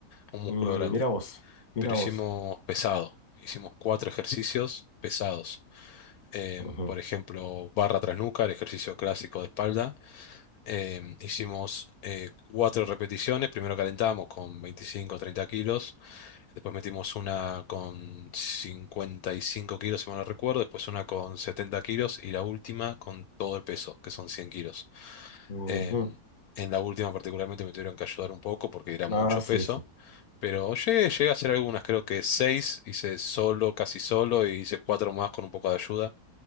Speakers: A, on the left (about 70°); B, on the left (about 30°).
A: un músculo
B: Mm,
A: grande
B: mira vos, mira
A: pero
B: vos.
A: hicimos pesado. Hicimos cuatro ejercicios pesados. Em,
B: Ujú,
A: por ejemplo, barra tras nuca, el ejercicio clásico de espalda. Em, hicimos eh, cuatro repeticiones. Primero calentamos con 25 o 30 kilos. Después metimos una con 55 kilos, si mal no recuerdo. Después una con 70 kilos. Y la última con todo el peso, que son 100 kilos.
B: ujú.
A: Em, en la última particularmente me tuvieron que ayudar un poco porque era mucho
B: Ah, sí,
A: peso.
B: sí.
A: Pero llegué, llegué a hacer algunas, creo que seis, hice solo, casi solo, y hice cuatro más con un poco de ayuda.